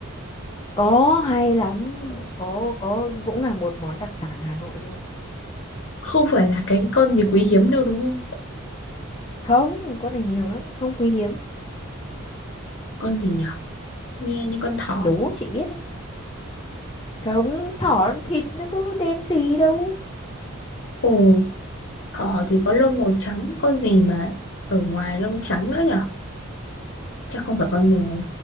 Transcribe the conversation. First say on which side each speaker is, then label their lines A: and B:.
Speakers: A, on the left; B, on the left.
A: Có hay lắm, có có cũng là một món đặc sản Hà Nội luôn.
B: không phải là cái con gì quý hiếm đâu đúng không
A: Không, con này nhiều lắm, không quý hiếm.
B: con gì nhở nghe như con thỏ
A: Đố chị biết đấy. Không, thỏ thịt nó có đen gì đâu.
B: ồ Thỏ thì có lông màu trắng, con gì mà ở ngoài lông trắng nữa nhở? Chắc không phải con mèo,